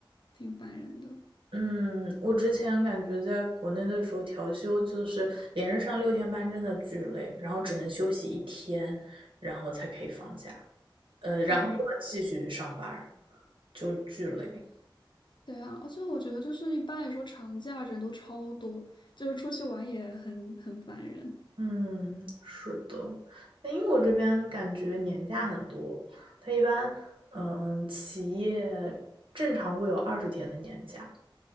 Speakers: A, on the left; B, on the right.
A: 挺烦人的。
B: 嗯，我之前感觉在国内的时候，调休就是连着上六天班，真的巨累，然后只能休息一天，然后才可以放假，呃，然后又要继续上班
A: 对啊，
B: 就巨累。
A: 对啊，而且我觉得就是一般来说长假人都超多，就是出去玩也很很烦人。
B: 嗯，是的，在英国这边感觉年假很多，它一般，嗯，企业正常会有二十天的年假，